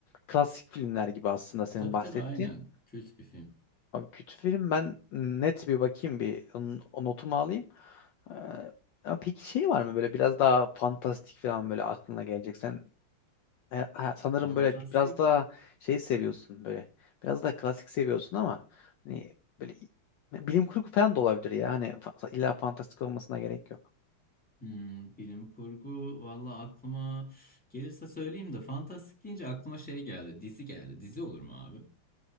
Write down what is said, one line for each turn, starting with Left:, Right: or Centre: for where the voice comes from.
Left: klasik filmler gibi aslında senin
Centre: Tabii
Left: bahsettiğin
Centre: tabii aynen, kült bir film.
Left: Abi kötü film ben net bir bakayım bir n- o notumu alayım. Ee, ya peki şey var mı böyle biraz daha fantastik falan böyle aklına gelecek. Sen he- he- sanırım
Centre: Fantastik,
Left: böyle biraz daha şey seviyorsun böyle. Biraz daha klasik seviyorsun ama hani böyle i- bilim kurgu falan da olabilir ya. Hani fa- illa fantastik olmasına gerek yok.
Centre: hmm, bilim kurgu, valla aklıma gelirse söyleyeyim de fantastik deyince aklıma şey geldi, dizi geldi. Dizi olur mu abi?